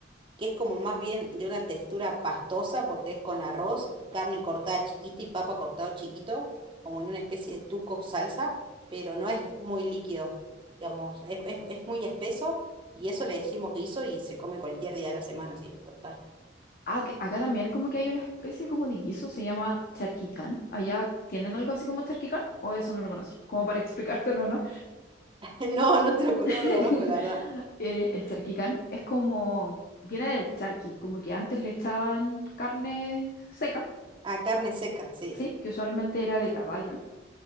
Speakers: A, on the right; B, on the left.
A: que es como más bien de una textura pastosa porque es con arroz y carne cortada chiquita y papa cortado chiquito, como en una especie de tuco salsa, pero no es muy líquido, digamos, es, es, es muy espeso y eso le decimos guiso y se come cualquier día de la semana, sí, total.
B: ac- acá también como que hay una especie como de guiso, se llama charquicán. ¿Allá tienen algo así como charquicán? ¿O eso no lo conocen? Como para explicártelo, ¿no?
A: <laughs> No, no te lo, co-
B: <laughs>
A: no lo conozco, la verdad.
B: Eh, el charquicán es como, viene del charqui, como que antes le echaban carne seca,
A: Ah, carne seca, sí.
B: sí, que usualmente era de caballo.